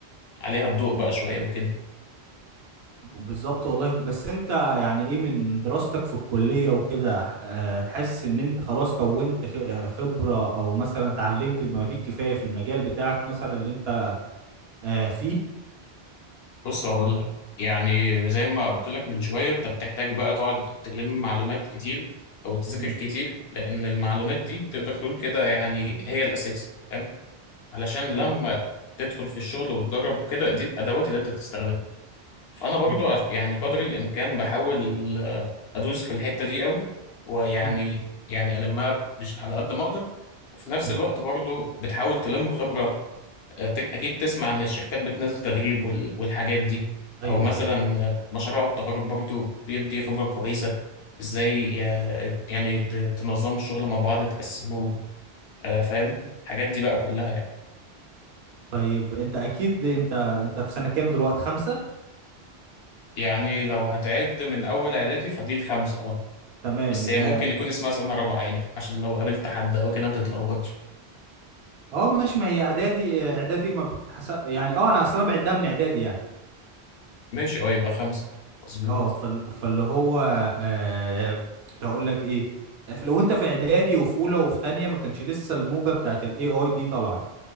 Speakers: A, on the left (about 70°); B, on the right (about 70°).
A: عليها الضوء بقى شوية وكده
B: بالظبط والله بس انت يعني ايه من دراستك في الكلية وكده ح- آه، حاسس ان انت خلاص كونت خ- آه، خبرة او مثلا اتعلمت بما فيه الكفاية في المجال بتاعك مثلا اللي انت آه، فيه
A: بص هقول لك يعني زي ما قلت لك من شوية انت بتحتاج بقى تقعد تلم معلومات كتير او تذاكر
B: مم.
A: كتير لان المعلومات دي تقدر تقول كده يعني هي الاساس فاهم علشان لما
B: ايوه
A: تدخل في الشغل وتجرب كده دي الادوات اللي انت بتستخدمها فانا برضو
B: مم.
A: عش- يعني قدر الامكان بحاول آه، ادوس في الحته دي قوي ويعني
B: مم.
A: يعني المها مش على قد ما اقدر وفي نفس
B: مم.
A: الوقت برضو بتحاول تلم خبره آه، تك- اكيد تسمع ان الشركات بتنزل تدريب وال- والحاجات دي
B: ايوه
A: او مثلا
B: ايوه
A: آه، مشروع التخرج برضو بيدي خبره كويسه ازاي آه، يعني ت- تنظموا الشغل مع بعض تقسموه آه، فاهم الحاجات دي بقى كلها يعني
B: طيب انت اكيد انت انت في سنة كام دلوقتي خمسة
A: يعني لو هتعد من اول اعدادي فدي الخمسه اه
B: تمام
A: بس هي
B: اه
A: ممكن يكون اسمها سنة رابعة يعني عشان لو قابلت حد أو كده ما تتلخبطش
B: آه، ماشي ما هي اعدادي آه، اعدادي ما بتتحسب يعني اه انا اصلا بعدها من اعدادي يعني
A: ماشي أه يبقى خمسة مظبوط
B: اه فال... فاللي هو آه... كنت هقول لك ايه آه، في- لو انت في اعدادي وفي اولى وفي تانية ما كانش لسه الموجه بتاعت الاي اي دي طلعت